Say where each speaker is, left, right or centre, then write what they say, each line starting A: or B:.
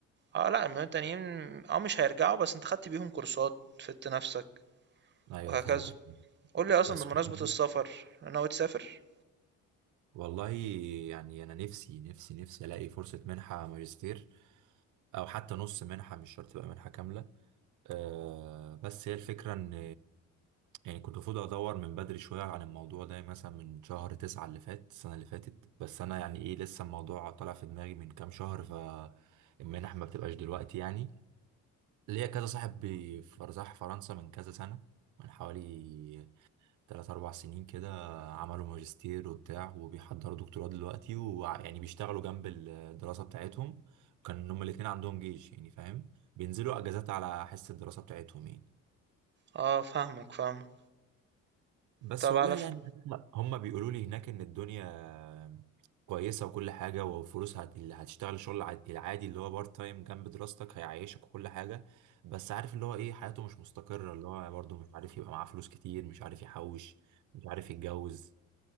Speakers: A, on the right (about 35°); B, on the right (about 70°).
A: اه لا المليون التانيين اه مش هيرجعوا بس انت خدت بيهم كورسات فدت نفسك
B: ايوه
A: وهكذا
B: فهمتك
A: قول لي اصلا
B: بس
A: بمناسبة
B: كنت دي
A: السفر ناوي تسافر
B: والله يعني انا نفسي نفسي نفسي الاقي فرصة منحة ماجستير او حتى نص منحة مش شرط تبقى منحة كاملة آه بس هي الفكرة ان يعني كنت المفروض ادور من بدري شوية عن الموضوع ده يعني مثلا من شهر تسعة اللي فات السنة اللي فاتت بس انا يعني ايه لسه الموضوع طالع في دماغي من كام شهر فالمنح ما بتبقاش دلوقتي يعني ليا كذا صاحب بي- ف- راح فرنسا من كذا سنة من حوالي تلات أربع سنين كده عملوا ماجستير وبتاع وبيحضروا دكتوراه دلوقتي ويعني بيشتغلوا جنب الدراسة بتاعتهم كان هما الاتنين عندهم جيش يعني فاهم بينزلوا اجازات على حس الدراسه بتاعتهم يعني
A: اه فاهمك فاهمك
B: بس
A: طب
B: والله
A: على
B: يعني
A: ف...
B: لا هم بيقولوا لي هناك ان الدنيا كويسه وكل حاجه وفلوس هت... اللي هتشتغل شغل ع- العادي اللي هو بارت تايم جنب دراستك هيعيشك وكل حاجه بس عارف اللي هو ايه حياته مش مستقره اللي هو برضه مش عارف يبقى معاه فلوس كتير مش عارف يحوش مش عارف يتجوز